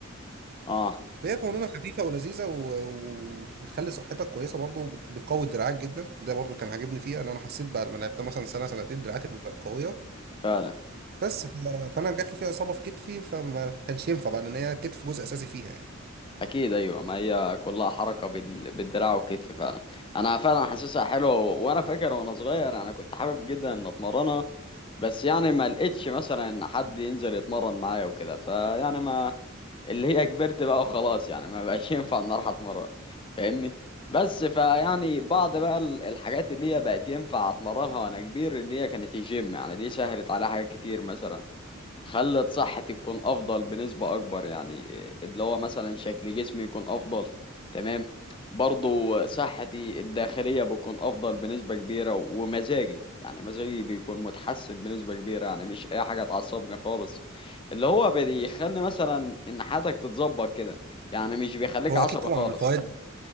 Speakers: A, on the left; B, on the right.
A: اه
B: فهي قوانينها خفيفه ولذيذه و... و- وبتخلي صحتك كويسه برضه وبت- بتقوي دراعك جدا ده برضه كان عاجبني فيها ان انا حسيت بعد ما لعبتها مثلا سنه سنتين دراعاتي بقت قويه
A: فعلا
B: بس ف... فانا جات لي فيها اصابه في كتفي فما كانش ينفع بقى ان هي كتف جزء اساسي فيها يعني
A: اكيد ايوه ما هي كلها حركه بال... بالدراع والكتف فعلا انا فعلا حاسسها حلوه و- وانا فاكر وانا صغير انا كنت حابب جدا ان اتمرنها بس يعني ما لقيتش مثلا ان حد ينزل يتمرن معايا وكده فيعني ما اللي هي كبرت بقى وخلاص يعني ما بقاش <laughs> ينفع ان اروح اتمرن فاهمني بس فيعني بعض بقى ال- الحاجات اللي هي بقت ينفع اتمرنها وانا كبير اللي هي كانت الجيم يعني دي سهلت عليها حاجات كتير مثلا خلت صحتي تكون افضل بنسبة اكبر يعني اللي هو مثلا شكل جسمي يكون افضل تمام برضو صحتي الداخلية بتكون افضل بنسبة كبيرة ومزاجي يعني مزاجي بيكون متحسن بنسبة كبيرة يعني مش اي حاجة تعصبني خالص اللي هو بيخلي مثلا ان حياتك تتظبط كده يعني مش بيخليك
B: هو
A: عصبي
B: اكيد طبعا
A: خالص
B: من فوائد